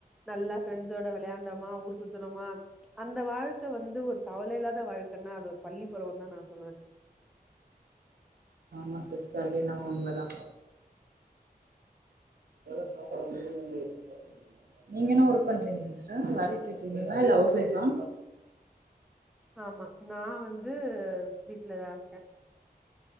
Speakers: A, in the centre; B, on the right.
A: நல்லா ஃப்ரெண்ட்ஸோட விளையாண்டோமா ஊர் சுத்தனோமா அந்த வாழ்க்க வந்து ஒரு கவலயில்லாத வாழ்க்கன்னா அது ஒரு பள்ளி பருவம் தா நா சொல்லுவ
B: ஆமா சிஸ்டர் அதே என்னமோ உண்மதா <inaudible> நீங்க என்னா ஒர்க் பண்றீங்க சிஸ்டர் வேலைக்கு போயிட்டு இருக்கீங்ளா இல்ல ஹவுஸ் ஒயிஃப்பா
A: ஆமா நா வந்து வீட்ல தா இருக்க